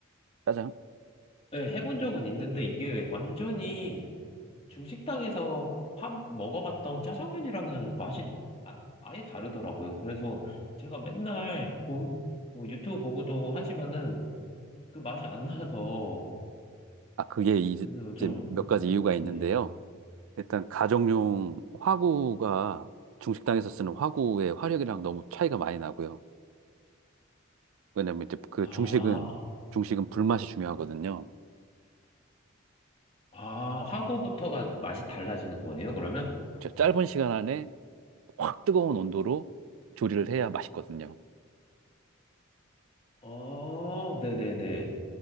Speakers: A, on the right; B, on the left.
A: 짜장?
B: 네, 해본 적은 있는데 이게 완전히 중식당에서 밥 먹어봤던 짜장면이랑은 맛이 아, 아예 다르더라고요. 그래서 제가 맨날 봄, 뭐 유튜브 보고도 하지만은 그 맛이 안 나서,
A: 아, 그게 이제,
B: 그래서
A: 이제
B: 좀,
A: 몇 가지 이유가 있는데요.
B: 네.
A: 일단 가정용 화구가 중식당에서 쓰는 화구의 화력이랑 너무 차이가 많이 나고요. 왜냐면 이제 그
B: 아.
A: 중식은 중식은 불맛이 중요하거든요.
B: 아, 하고부터가 맛이 달라지는 거예요, 그러면?
A: 저 짧은 시간 안에 확 뜨거운 온도로 조리를 해야 맛있거든요.
B: 아, 네네네.